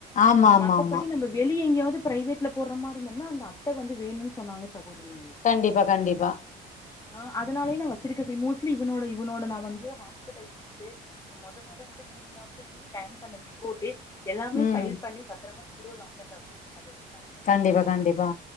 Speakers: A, on the left (about 45°); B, on the left (about 20°).
A: ஆமா ஆமா
B: மத்தபடி
A: ஆமா
B: நம்ம வெளி எங்கேயாவது பிரைவேட்லப் போடுற மாரி இருந்தோம்னா அந்த அட்ட வந்து வேணுன்னு சொன்னாங்க சகோதரி
A: கண்டிப்பா கண்டிப்பா
B: ஆ அதனாலயேதா நா வச்சிருக்கே பி மோஸ்ட்லி இவனோட இவனோட நா வந்து ஹாஸ்பிட்டல் பில்லு மொத மொத வந்து மூனு மாசத்துலே வந்து ஸ்கேன் பண்ண ரிப்போட்டு எல்லாமே
A: ம்
B: ஃபைல் பண்ணி பத்திரமா பீரோ லாக்கர்ல வச்சுருக்கே சகோதரி நா
A: கண்டிப்பா கண்டிப்பா